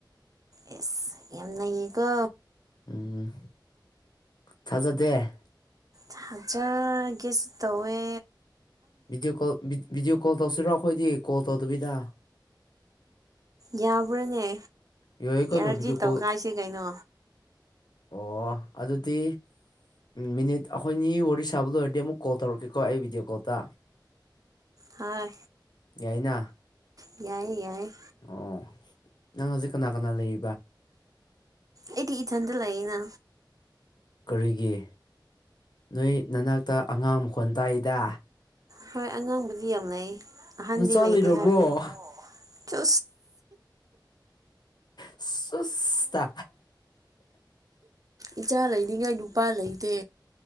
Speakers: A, on the right (about 45°); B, on the left (about 60°).
A: ꯑꯦꯁ ꯌꯥꯝꯅꯌꯦꯀ
B: ꯎꯝ ꯊꯖꯗꯦ
A: ꯐꯥꯖꯔꯒꯦꯁ ꯇꯋꯦ
B: ꯚꯤꯗꯤꯑꯣꯣꯜ ꯚꯤꯗꯤꯑꯣ ꯀꯣꯜ ꯇꯧꯁꯤꯔꯣ ꯑꯩꯈꯣꯏꯗꯤ ꯀꯣꯜ ꯇꯧꯗꯕꯤꯗ
A: ꯌꯥꯕ꯭ꯔꯥꯅꯦ
B: ꯌꯥ ꯀꯩꯅꯣ
A: ꯌꯥꯔꯗꯤ
B: ꯚꯗꯤꯑꯣ
A: ꯇꯧꯈꯥꯏꯁꯦ
B: ꯀꯣꯜ
A: ꯀꯩꯅꯣ
B: ꯑꯣ ꯑꯗꯨꯗꯤ ꯃꯤꯅꯤꯠ ꯑꯩꯈꯣꯏꯅꯤ ꯋꯥꯔꯤ ꯁꯥꯕ ꯂꯣꯏꯔꯗꯤ ꯑꯃꯨꯛ ꯀꯣꯜ ꯇꯧꯔꯛꯀꯦꯀꯣ ꯑꯩ ꯚꯤꯗꯤꯑꯣ ꯀꯣꯜꯗ
A: ꯍꯣꯏ
B: ꯌꯥꯏꯅ
A: ꯌꯥꯏ ꯌꯥꯏ
B: ꯑꯣ ꯅꯪ ꯍꯧꯖꯤꯛ ꯀꯅꯥ ꯀꯅꯥ ꯂꯩ
A: ꯑꯩꯗꯤ ꯏꯊꯟꯇ ꯂꯩꯑꯅ
B: ꯀꯔꯤꯒꯤ ꯅꯣꯏ ꯅꯅꯥꯛꯇ ꯑꯉꯥꯡ ꯃꯈꯣꯟ ꯇꯥꯏꯗ
A: ꯍꯣꯏ ꯑꯉꯥꯡꯕꯨꯗꯤ ꯌꯥꯝ ꯂꯩ ꯑꯍꯟꯗꯤ
B: ꯅꯆꯥ
A: ꯂꯩꯇꯦ
B: ꯂꯩꯔꯕꯣ
A: ꯍꯥꯏꯕꯅꯤ ꯆ
B: ꯁꯨꯁꯇ
A: ꯏꯆꯥ ꯂꯩꯔꯤꯉꯩ ꯅꯨꯄꯥ ꯂꯩꯇꯦ